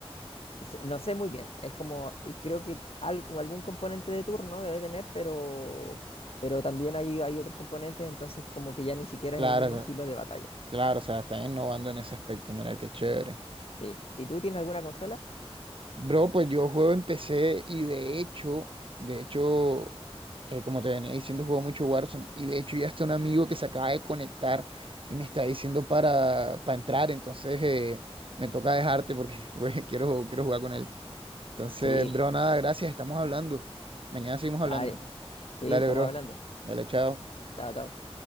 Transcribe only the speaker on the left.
se- No sé muy bien, es como, y creo que al- algún componente de turno debe tener, pero, pero también hay, hay otros componentes, entonces como que ya ni siquiera
es el mismo estilo de batalla.
Sí. ¿Y tú tienes alguna consola?
Sí,
dale. Sí,
estamos
hablando.
Chao, chao.